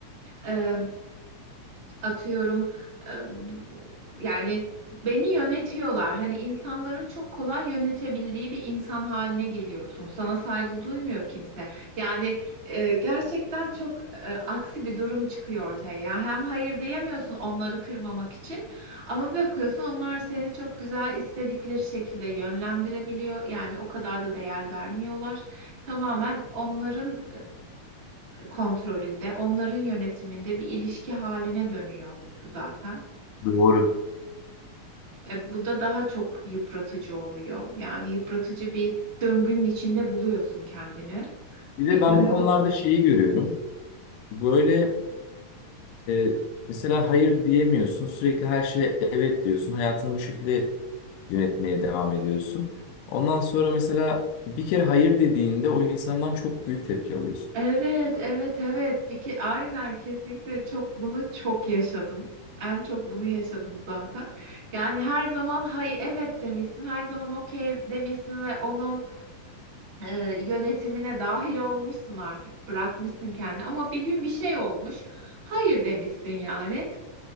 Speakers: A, on the right; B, on the left.
A: e, atıyorum e, yani beni yönetiyorlar. Hani insanların çok kolay yönetebildiği bir insan haline geliyorsun. Sana saygı duymuyor kimse. Yani e, gerçekten çok e, aksi bir durum çıkıyor ortaya. Ya hem hayır diyemiyorsun onları kırmamak için ama bir bakıyorsun onlar seni çok güzel istedikleri şekilde yönlendirebiliyor. Yani o kadar da değer vermiyorlar. Tamamen onların kontrolünde, onların yönetiminde bir ilişki haline dönüyor zaten.
B: Doğru.
A: E, bu da daha çok yıpratıcı oluyor. Yani yıpratıcı bir döngünün içinde buluyorsun kendini.
B: Bir de
A: Bilmiyorum.
B: ben bu konularda şeyi görüyorum. Böyle e, mesela hayır diyemiyorsun. Sürekli her şeye evet diyorsun. Hayatını bu şekilde yönetmeye devam ediyorsun. Ondan sonra mesela bir kere hayır dediğinde o insandan çok büyük tepki alıyorsun.
A: Evet, evet, evet. Bir ki aynen kesinlikle çok bunu çok yaşadım. En çok bunu yaşadım zaten. Yani her zaman hayır evet demişsin, her zaman okey demişsin ve onun e, yönetimine dahil olmuşsun artık bırakmışsın kendi ama bir gün bir şey olmuş hayır demişsin yani